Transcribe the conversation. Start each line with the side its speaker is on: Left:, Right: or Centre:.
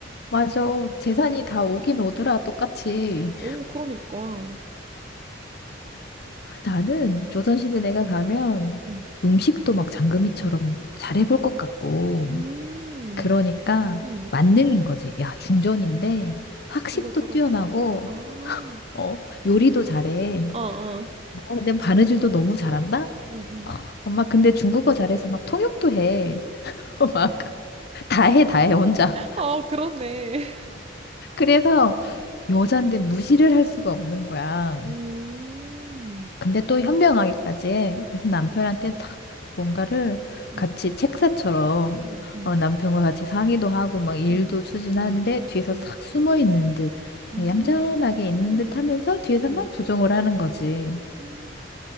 Left: 맞아. 재산이 다 오긴 오더라, 똑같이.
Right: 오, 그러니까.
Left: 아, 나는 조선시대 내가 가면
Right: 음.
Left: 음식도 막 장금이처럼 잘해볼 것 같고.
Right: 음,
Left: 그러니까
Right: 음,
Left: 만능인 거지. 야, 중전인데 학식도
Right: 이것저것
Left: 뛰어나고,
Right: 다 안다. 아,
Left: 어, 요리도 잘해.
Right: 어, 어,
Left: 어, 근데 바느질도 너무 잘한다?
Right: 음, 음.
Left: 엄마, 근데 중국어 잘해서 막 통역도 해. <laughs> 어, 막, 다 해, 다 해, 혼자.
Right: 어, 그렇네.
Left: 그래서 여잔데 무시를 할 수가 없는 거야.
Right: <laughs> 음,
Left: 근데 또 현명하기까지 해. 그래서 남편한테 탁 뭔가를
Right: 음,
Left: 같이 책사처럼
Right: 음, 음,
Left: 어, 남편과 같이 상의도 하고 막 일도
Right: 음,
Left: 추진하는데
Right: 음,
Left: 뒤에서
Right: 음.
Left: 싹 숨어 있는 듯
Right: 음.
Left: 얌전하게 있는 듯 하면서 뒤에서
Right: 응.
Left: 막 조정을 하는 거지.
Right: 음,